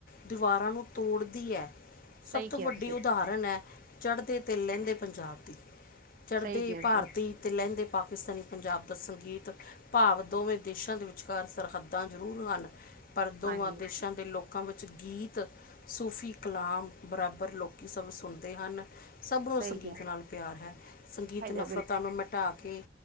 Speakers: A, on the left; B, on the right.
A: ਦੀਵਾਰਾਂ ਨੂੰ ਤੋੜਦੀ ਐ,
B: ਸਹੀ
A: ਸਭ ਤੋਂ
B: ਕਿਹਾ
A: ਵੱਡੀ
B: ਤੁਸੀਂ,
A: ਉਦਾਹਰਣ ਚੜ੍ਹਦੇ ਤੇ ਲਹਿੰਦੇ ਪੰਜਾਬ ਦੀ, ਚੜ੍ਹਦੇ
B: ਸਹੀ ਕਿਹਾ ਤੁਸੀਂ,
A: ਭਾਰਤੀ ਤੇ ਲਹਿੰਦੇ ਪਾਕਿਸਤਾਨੀ ਪੰਜਾਬ ਦਾ ਸੰਗੀਤ। ਭਾਵ। ਦੋਵੇਂ ਦੇਸ਼ਾਂ ਦੇ ਵਿਚਕਾਰ ਸਰਹੱਦਾਂ ਜ਼ਰੂਰ ਹਨ। ਪਰ ਦੋਵਾਂ
B: ਹਾਂਜੀ
A: ਦੇਸ਼ਾਂ ਦੇ ਲੋਕਾਂ ਵਿੱਚ ਗੀਤ ਸੂਫ਼ੀ ਕਲਾਮ, ਬਰਾਬਰ ਲੋਕੀ ਸਭ ਸੁਣਦੇ ਹਨ। ਸਭ ਨੁੰ
B: ਸਹੀ
A: ਸੰਗੀਤ
B: ਕਿਹਾ,
A: ਨਾਲ ਪਿਆਰ ਹੈ। ਸੰਗੀਤ
B: ਹੈਗਾ
A: ਨਫ਼ਰਤਾਂ
B: ਬਿਲਕੁਲ
A: ਨੂੰ ਮਿਟਾਕੇ